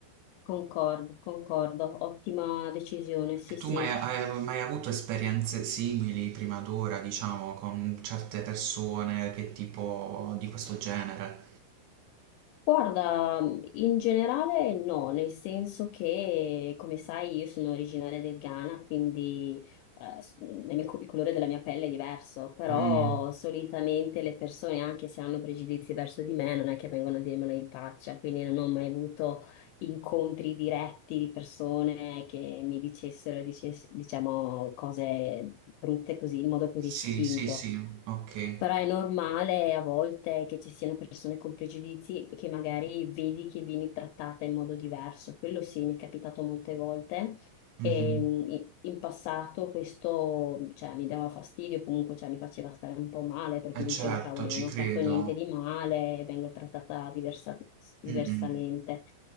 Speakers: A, on the left; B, on the right.
A: Concordo, concordo, ottima decisione, sì,
B: E
A: sì.
B: Tu mai, hai mai avuto esperienze simili prima d'ora, diciamo, con certe persone che tipo di questo genere?
A: Guarda, in generale no, nel senso che, come sai, io sono originaria del Ghana, quindi eh, s- la mia co- il colore della mia pelle è diverso, però
B: Mm,
A: solitamente le persone, anche se hanno pregiudizi verso di me, non è che vengono a dirmelo in faccia, quindi non ho mai avuto incontri diretti di persone che mi dicessero, dicess- diciamo, cose brutte così, in modo così
B: Sì,
A: spinto.
B: sì, sì, ok.
A: Però è normale a volte che ci siano persone con pregiudizi che magari vedi che vieni trattata in modo diverso. Quello sì, mi è capitato molte volte.
B: Mhm.
A: E mh, i- in passato questo, cioè, mi dava fastidio, comunque, cioè, mi faceva stare un po' male perché
B: Eh
A: dicevo,
B: certo,
A: cavoli,
B: ci
A: non ho
B: credo.
A: fatto niente di male, vengo trattata diversa- diversamente.
B: Mm-mm.